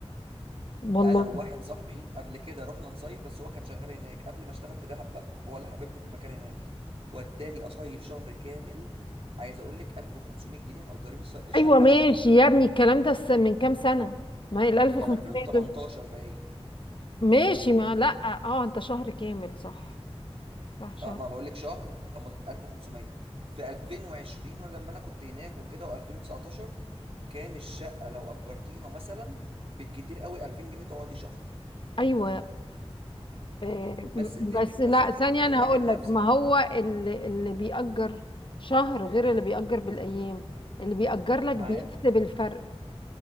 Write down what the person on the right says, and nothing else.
انا وواحد صاحبي قبل كده رحنا نصيف بس هو كان شغال هناك قبل ما اشتغل في دهب بقى هو اللي حببني في المكان هناك وداني اصيف شهر كامل عايز اقول لك 1500 جنيه مأجرين س- شقة
شهر
كان 2018
باين
اه ما بقول لك شهر خمس- 1500 في 2020 ولا لما انا كنت هناك وكده و2019 كان الشقة لو أجرتيها مثلا بالكتير قوي 2000 جنيه تقعدي شهر
بس
انت
بس انت
اللي بتجيبي
حاجة
لنفسك
عارف